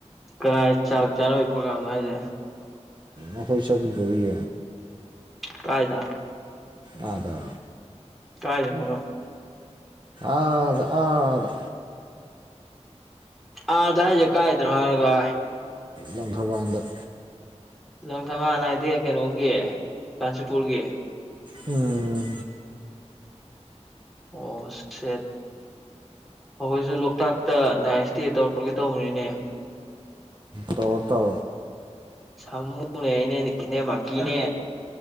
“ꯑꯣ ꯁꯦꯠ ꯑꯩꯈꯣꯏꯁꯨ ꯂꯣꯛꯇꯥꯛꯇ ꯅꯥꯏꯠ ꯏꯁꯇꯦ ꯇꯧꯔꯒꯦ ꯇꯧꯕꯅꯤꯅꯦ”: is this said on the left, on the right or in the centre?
Centre